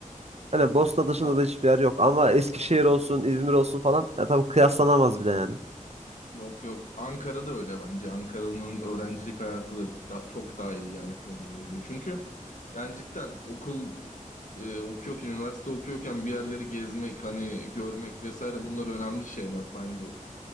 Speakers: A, on the right; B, on the left.
A: Hani Bosna dışında
B: A-
A: da hiçbir yer yok ama Eskişehir olsun, İzmir olsun falan ya tabii kıyaslanamaz bile yani.
B: Yok yok. Ankara'da öyle bence. Ankara'nın öğrencilik hayatı da da- çok daha iyi yani Konya'ya gibi. Çünkü yani cidden okul e, okuyorken, üniversite okuyorken bir yerleri gezmek, hani görmek vesaire bunlar önemli şeyler bence.